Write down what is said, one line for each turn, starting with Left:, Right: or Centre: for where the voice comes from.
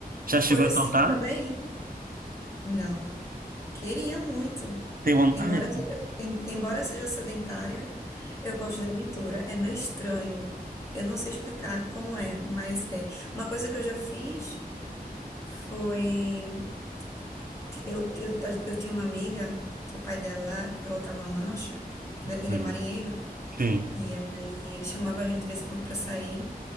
Right: Já
Left: Foi
Right: chegou a
Left: os
Right: saltar?
Left: cinco também? Não, queria muito.
Right: Tem uma,
Left: Embora
Right: ai, tem
Left: seja, em- embora seja sedentária, eu gosto de aventura. É meio estranho. Eu não sei explicar como é, mas é. Uma coisa que eu já fiz foi. Ti- Eu, eu, eu, eu tinha uma amiga que o pai dela pilotava uma lancha, ele
Right: uma.
Left: é, ele
Right: legal.
Left: é marinheiro,
Right: Sim.
Left: e aí ele chamava a gente de vez em quando pra sair